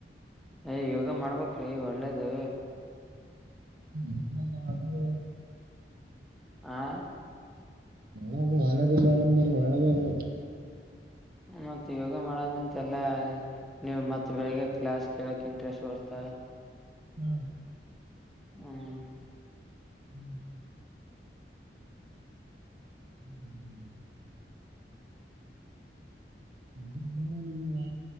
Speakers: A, in the centre; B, on the right.
A: ಏ ಯೋಗ ಮಾಡ್ಬೇಕ್ರಿ ಒಳ್ಳೇದು
B: ಹ್ಮ ಅದ ಗೆ
A: ಆ
B: ಒಳ್ಳದು ಒಳ್ಳೇದಿಲ್ಲ ಆರಂಬರಿ ಒಳ್ಳದ ಅದು
A: ಮತ್ ಯೋಗ ಮಾಡದ್ ನಿಂತ ಎಲ್ಲಾ ನೀವು್ ಮತ್ ಬೆಳಿಗ್ಗೆ ಕ್ಲಾಸ್ ಕೇಳಕ್ ಇಂಟ್ರೆಸ್ಟ್ ಬರ್ತ
B: ಹ್ಮ್
A: ಹ್ಮ್
B: ಹ್ಮ್ ಹ್ಮ್ ಹ್ಮ್ ಅದ ನಮಗೆ